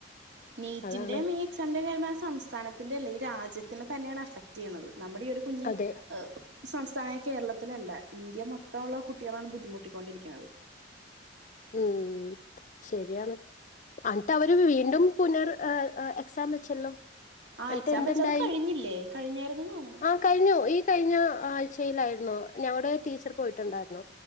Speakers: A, on the right; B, on the left.
A: നീറ്റിന്റെം
B: അതാണ്
A: ഈ എക്സാമിന്റെ കാര്യപഞ്ഞ സംസ്ഥാനത്തിന്റെ അല്ല ഈ രാജ്യത്ത് തന്നെയാണ് അഫെക്ട് ചെയ്യുന്നത് നമ്മുടെ ഈ ഒരു കുഞ്ഞി
B: അതെ
A: സംസ്ഥാനമായ കേരളത്തിലല്ല ഇന്ത്യ മൊത്തമുള്ള കുട്ടികളാണ് ബുദ്ധിമുട്ടിക്കൊണ്ടിരിക്ക്ണത്
B: ഉം ശരിയാണ് ന്നട്ട് അവര് വീണ്ടും അ അ പുനർ എക്സാം വെച്ചല്ലോ
A: ആ
B: ന്നിട്ട്
A: എക്സാം
B: എന്തുണ്ടായി
A: വെച്ചത് കഴിഞ്ഞില്ലേ കഴിഞ്ഞായിരുന്നു തോന്നണ്
B: ആ കഴിഞ്ഞു ഈ കഴിഞ്ഞ ആഴ്ചയിലായിരുന്നു ഞങ്ങടെ ടീച്ചർ പോയിട്ടുണ്ടായിരുന്നു.